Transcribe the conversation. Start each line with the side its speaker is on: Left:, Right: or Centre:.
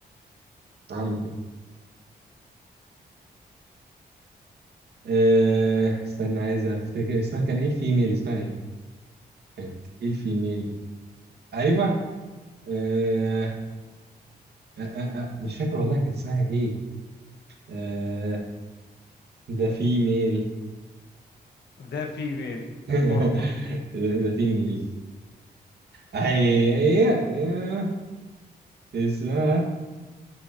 Right: هعمل كده آه، استنى عايز افتكر اسمها كان ايه الفيميل اسمها ايه كانت ايه الفيميل ايوه آه، آه آه آه مش فاكر والله كانت اسمها ايه آه ده في ميل
Left: ذا فيميل
Right: <laughs>
Left: الحرمة
Right: ده, ده في ميل هي هي هي اسمها